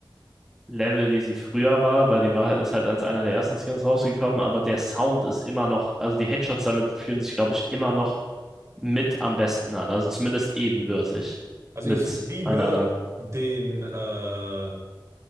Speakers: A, in the centre; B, on the right.
A: Level, wie sie früher war, weil die war halt, ist halt als einer der ersten Skins rausgekommen, aber der Sound ist immer noch, also die Headshots damit fühlen sich, glaube ich, immer noch mit am besten an, also zumindest ebenbürtig
B: Also
A: mit
B: ich liebe
A: allen anderen.
B: den äh,